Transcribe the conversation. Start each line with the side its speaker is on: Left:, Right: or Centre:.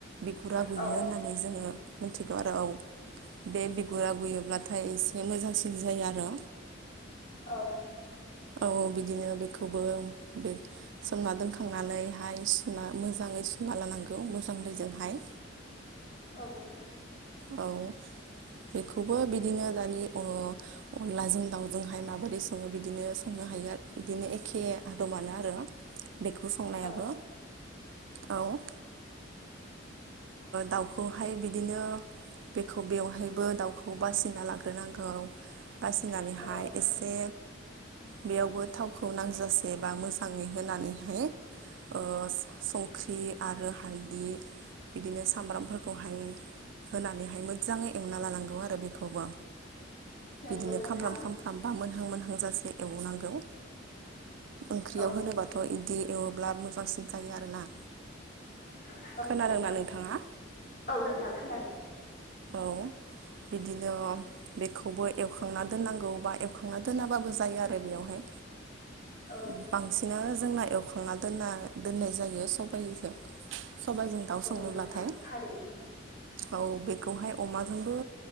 Right: बिगुरा गुयो
Left: औ
Right: होननानै जोंङो मिथिगौ आरो औ। बे बिगुरा गुयोब्लाथाय एसे मोजांसिन जायो आरो।
Left: औ।
Right: औ बिदिनो बेखौबो बे सोमना दोनखांनानैहाय सुना मोजांङै सुना लानांगौ मोजां दैजोंहाय।
Left: औ नोंथां
Right: औ। बेखौबो बिदिनो दानि ओ अनलाजों दाउजोंहाय माबोरै संङो बिदिनो संनो हाया बिदिनो एखे <unintelligible> आरो बेखौ संनायाबो
Left: औ
Right: औ ओ दाउखौहाय बिदिनो खौ बेवहायबो दाउखौ बासिना लाग्रोनांगौ। बासिनानैहाय
Left: औ
Right: एसे बेयावबो थावखौ नांजासे बा मोजां ङै होनानैहाय ओ संख्रि आरो हालदि बिदिनो सामब्रामफोरखौहाय होनानैहाय मोजांङै एवना लानांगौ आरो। बेखौबो
Left: नंगौ
Right: बिदिनो
Left: नोंथां
Right: खामफ्राम खामफ्राम बा मोनहां मोनहांजासे एवनांगौ। ओंख्रियाव
Left: औ
Right: होनोबाथ' बिदि एवोब्ला मोजांसिन जायो आरोना।
Left: औ
Right: खोनादोंना
Left: नोंथां
Right: नोंथाङा
Left: औ नोंथां खोनादों।
Right: औ। बिदिनो बेखौबो एवखांना दोननांगौ बा एवखांना दोनाबाबो जायो आरो बेवहाय।
Left: औ
Right: <unintelligible> बांसिनानो जोंना एवखांना दोनना दोननाय जायो सबाइजों। सबाइजों दाउ संनोब्लाथाय
Left: औ नोंथां थारैनो।
Right: औ बेखौहाय अमाजोंबो